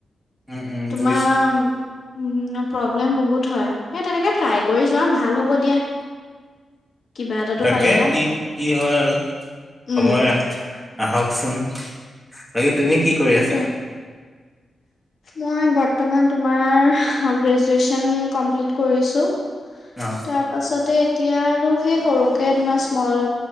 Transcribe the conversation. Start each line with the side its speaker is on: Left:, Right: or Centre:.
Centre: উম উম
Left: তোমাৰ
Centre: বুজিছো
Left: উ, প্ৰব্লেম বহুত হয়। সেই তেনেকে ট্ৰাই কৰি যোৱা ভাল হ'ব দিয়া। কিবা এটাতো
Centre: তাকে
Left: পাৰিবা
Centre: কি কি হয় আৰু।
Left: উম
Centre: সময়াহ আহকচোন। বাকী তুমি কি কৰি
Left: এইটোৱে
Centre: আছা?
Left: মই বৰ্তমান তোমাৰ অগ্ৰেজ জছন কমপ্লিট কৰিছো।
Centre: অ
Left: তাৰপাছতে এতিয়া আৰু সেই সৰুকে তোমাৰ স্মল